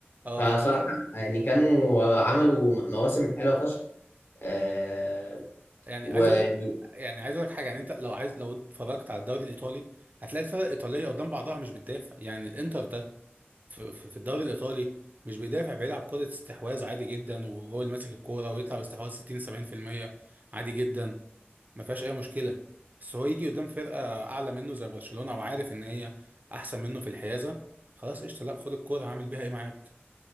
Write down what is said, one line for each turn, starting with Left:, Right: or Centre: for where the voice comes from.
Right: اه
Left: فصراحة يعني كانوا آه، عملوا مواسم حلوة فشخ آه
Right: يعني
Left: وخليها
Right: عايز اقول لك يعني عايز اقول لك حاجه يعني انت لو عايز لو اتفرجت على الدوري الايطالي هتلاقي الفرق الايطاليه قدام بعضها مش بتدافع يعني الانتر ده في, في في الدوري الايطالي مش بيدافع بيلعب كرة استحواذ عادي جدا وهو اللي ماسك الكورة ويطلع باستحواذ 60 70% عادي جدا ما فيهاش اي مشكله بس هو يجي قدام فرقه اعلى منه زي برشلونه وعارف ان هي احسن منه في الحيازه خلاص قشطه لا خد الكوره هعمل بيها ايه معاك